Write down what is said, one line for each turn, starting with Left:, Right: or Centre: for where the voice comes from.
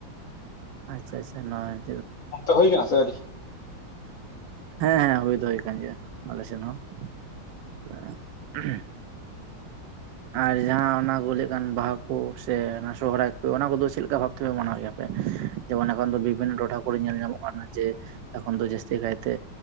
Right: ᱟᱪᱪᱷᱟ ᱟᱪᱪᱷᱟ ᱱᱚᱚᱭ
Left: ᱚᱱᱛᱮ ᱦᱩᱭ ᱠᱟᱱᱟ ᱥᱮ ᱟᱹᱨᱤ
Right: ᱦᱮᱸ ᱦᱮᱸ ᱦᱩᱭ ᱫᱚᱦᱚᱭ ᱠᱟᱱ ᱜᱮᱭᱟ ᱟᱞᱮ ᱥᱮᱱ ᱦᱚᱸ <unintelligible> ᱟᱨ ᱡᱟᱦᱟᱸ ᱚᱱᱟ ᱠᱚ ᱞᱟᱹᱭᱮᱫ ᱠᱟᱱ ᱵᱟᱦᱟ ᱠᱚ ᱥᱮ ᱚᱱᱟ ᱥᱚᱦᱦᱟᱭ ᱠᱚ ᱚᱱᱟ ᱠᱚᱫᱚ ᱪᱮᱫᱠᱟ ᱵᱷᱟᱵ ᱛᱮᱯᱮ ᱢᱟᱱᱟᱣ ᱜᱮᱭᱟ? ᱡᱮᱢᱚᱱ ᱮᱠᱷᱚᱱ ᱫᱚ ᱵᱤᱵᱷᱤᱱᱱᱚ ᱴᱚᱴᱷᱟ ᱠᱚᱨᱮ ᱧᱮᱞ ᱧᱟᱢᱚᱜ ᱠᱟᱱᱟ ᱡᱮ ᱮᱠᱷᱚᱱ ᱫᱚ ᱡᱟᱹᱥᱛᱤ ᱠᱟᱭᱛᱮ